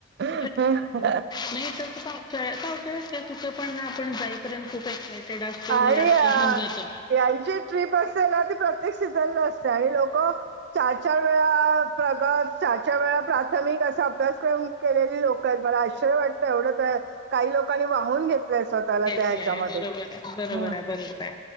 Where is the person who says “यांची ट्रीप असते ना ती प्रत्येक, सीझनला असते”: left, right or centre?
Right